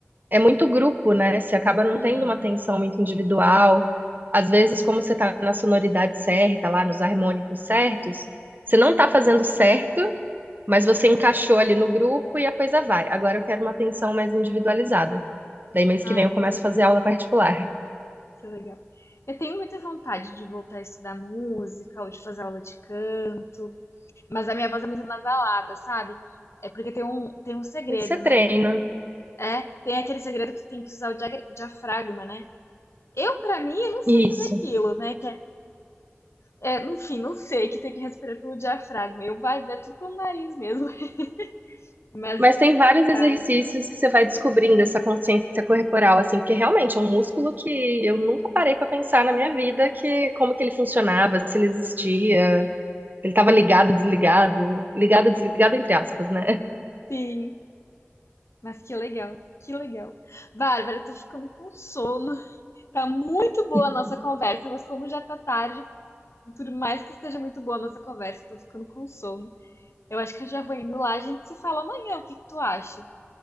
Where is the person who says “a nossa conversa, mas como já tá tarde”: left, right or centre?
Left